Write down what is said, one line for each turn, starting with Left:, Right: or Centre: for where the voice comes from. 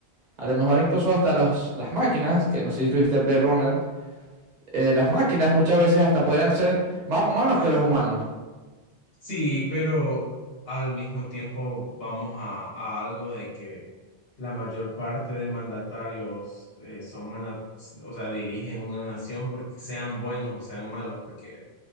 Right: A lo mejor incluso hasta los, las máquinas, que no sé si tuviste Blade Runner, eh, las máquinas muchas veces hasta podrían ser más humanos que los humanos.
Left: Sí, pero al mismo tiempo vamos a, a algo de que la mayor parte de mandatarios eh, son, mana- o sea, dirigen una nación porque sean buenos o sean malos, porque